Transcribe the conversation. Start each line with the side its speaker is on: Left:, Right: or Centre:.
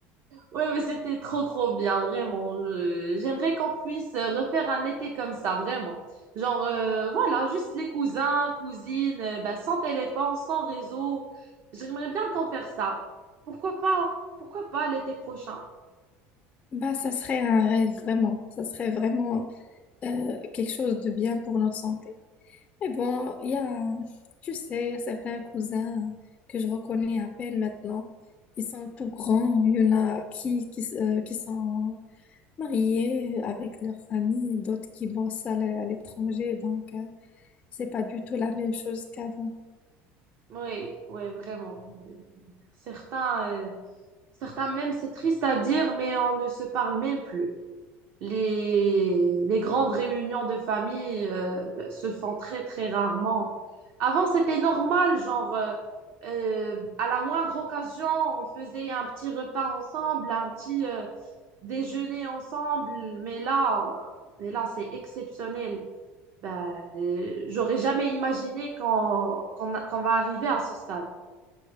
Right: Ouais, mais c'était trop, trop bien, vraiment. Je- J'aimerais qu'on puisse refaire un été comme ça, vraiment. Genre, euh, voilà, juste les cousins, cousines, euh, bah, sans téléphone, sans réseau. J'aimerais bien qu'on fasse ça. Pourquoi pas? Pourquoi pas l'été prochain?
Left: Bah, ça serait un rêve, vraiment. Ça serait vraiment euh, quelque chose de bien pour notre santé. Mais bon, il y a, tu sais, il y a certains cousins que je reconnais à peine maintenant. Ils sont tout grands. Il y en a qui, qui, euh, qui sont mariés avec leur famille, d'autres qui bossent à l'é- à l'étranger. Donc, euh, c'est pas du tout la même chose qu'avant.
Right: Oui, oui, vraiment. Certains, euh, certains même, c'est triste à dire, mais on ne se parle même plus. Les, les grandes réunions de famille, euh, se font très, très rarement. Avant, c'était normal, genre, euh, euh, à la moindre occasion, on faisait un petit repas ensemble, un petit, euh, déjeuner ensemble, mais là, mais là, c'est exceptionnel. Ben, euh, j'aurais jamais imaginé qu'on, qu'on, qu'on va arriver à ce stade.